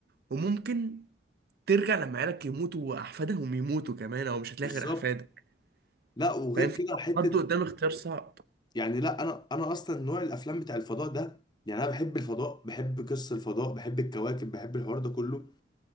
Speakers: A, on the right; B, on the left.
A: وممكن ترجع لما عيالك يموتوا واحفادهم يموتوا كمان او مش هتلاقي
B: بالظبط
A: غير احفادك
B: لا وغير
A: فاهم
B: كده حته
A: حد قدام اختيار صعب
B: يعني لا انا انا اصلا نوع الافلام بتاع الفضاء ده يعني انا بحب الفضاء بحب قصه الفضاء بحب الكواكب بحب الحوار ده كله